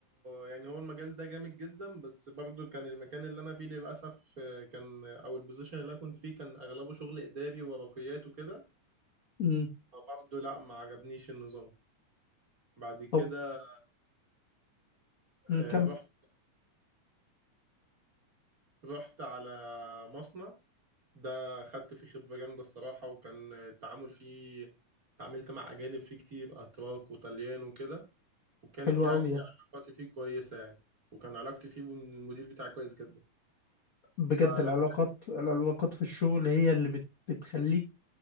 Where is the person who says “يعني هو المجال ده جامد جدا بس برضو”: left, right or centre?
Right